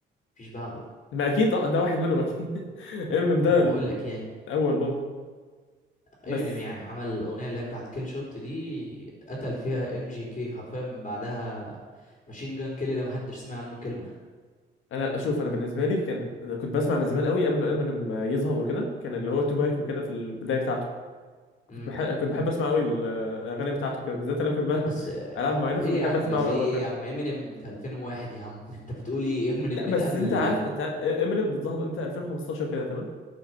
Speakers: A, on the left (about 35°); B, on the left (about 80°).
A: مفيش بعده
B: ما اكيد طبعا ده واحد منهم اكيد <laughs> امينيم ده
A: أنا بقول
B: الاول
A: لك يعني
B: برضه بس
A: امينيم يعني عمل الاغنيه اللي هي بتاعت كيل شوت دي قتل فيها ام جي كي حرفيا من بعدها ماشين جان كيلي ده محدش سمع عنه كلمه
B: انا اشوف انا بالنسبه لي كان كنت بسمع من زمان قوي قبل ما امينيم يظهر وكده كان اللي هو توباك وكده في البدايه بتاعته كنت
A: امم
B: بحب كنت بحب اسمع قوي الاغاني بتاعته كده بالذات انا كنت بلعب
A: بس آه،
B: <laughs> العاب معينه
A: ايه
B: فبحب
A: يا عم
B: اسمعها
A: في
B: قوي
A: ايه
B: بتاع
A: يا عم امينيم في 2001 يا عم <laughs> انت بتقول ايه امينيم
B: لا
A: من
B: بس
A: قبل
B: انت عارف
A: الف...
B: انت امينيم ظهر امتى 2015 كده تمام